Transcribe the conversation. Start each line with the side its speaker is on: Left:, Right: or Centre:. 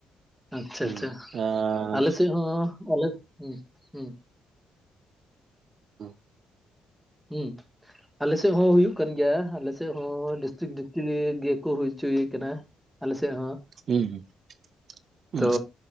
Centre: ᱟᱪᱪᱷᱟ
Right: ᱦᱩᱸ
Centre: ᱟᱪᱪᱷᱟ
Right: ᱟᱨ
Centre: ᱟᱞᱮ ᱥᱮᱫ ᱦᱚᱸ ᱟᱞᱮ ᱦᱩᱸ ᱦᱩᱸ
Right: ᱦᱩᱸ
Centre: ᱦᱩᱸ ᱟᱞᱮᱥᱮᱫ ᱦᱚᱸ ᱦᱩᱭᱩᱜ ᱠᱟᱱ ᱜᱮᱭᱟ ᱟᱞᱮᱥᱮᱫ ᱦᱚᱸ <unintelligible> ᱜᱮᱠᱚ ᱦᱩᱭ ᱚᱪᱚᱭᱮ ᱠᱟᱱᱟ ᱟᱞᱮᱥᱮᱫ ᱦᱚᱸ
Right: ᱦᱩᱸ ᱦᱩᱸ ᱦᱩᱸ
Centre: ᱛᱚ